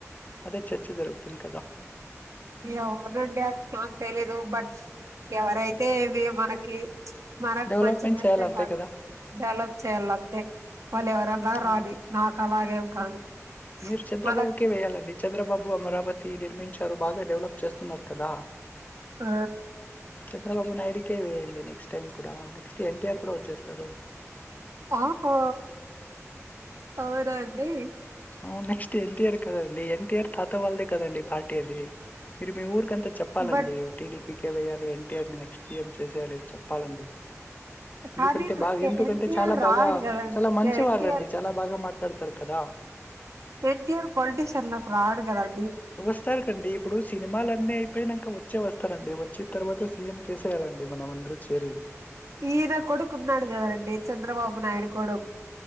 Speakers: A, on the left; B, on the right.
A: అదే చర్చ జరుగుతుంది కదా
B: ఎవమోనండి అ నాకు తెలీదు బట్ ఎవరైతేవి మనకి మరకు
A: డెవలప్మెంట్
B: మంచి చేస్తే
A: చేయాలి అంతే
B: కాదు
A: కదా
B: డెవలప్ చేయాలి అంతే వాళ్ళు ఎవరన్నా
A: హ్మ్.
B: రానీ నాకు అలాగేం కాదు
A: మీరు చంద్రబాబుకే
B: మనకి
A: వేయాలండి చంద్రబాబు అమరావతి నిర్మించారు బాగా డెవలప్ చేస్తున్నారు కదా
B: ఆ
A: చంద్రబాబు నాయుడుకే వేయండి నెక్స్ట్ టైం కూడా నెక్స్ట్ ఎన్టీఆర్ కూడా వచ్చేస్తారు
B: ఆహో అవుర అండి
A: ఉ next N T are <unintelligible> NTR తాత వాళ్లదే కదండీ పార్టీ అది మీరు మీ ఊరికంతా చెప్పాలండి
B: బట్
A: టీ డి పి కె వేయాలి అంటే నెక్స్ట్ ఏం చేసేయాలి చెప్పాలండి ఎందుకంటే
B: కానీ
A: బాగా ఎందుకంటే
B: ఎన్టీఆర్
A: చాలా
B: రాడు
A: బాగా
B: కదండి
A: చాలా మంచివారుండి
B: ఎన్టీఆర్
A: చాలా బాగా మాట్లాడుతా తర్కదా
B: పెద్దివాల్ పొలిటిటీషియన్లోకి రార్ కదం
A: వస్తారు కండి ఇప్పుడు సినిమాలున్నీ అయిపోయినాక వచ్చే వస్తారండి చిత్రవత సీఎం చేసేయాలండి మనం అందరూ చేరి.
B: ఈయన కొడుకున్నాడు కదండీ చంద్రబాబు నాయుడు పడు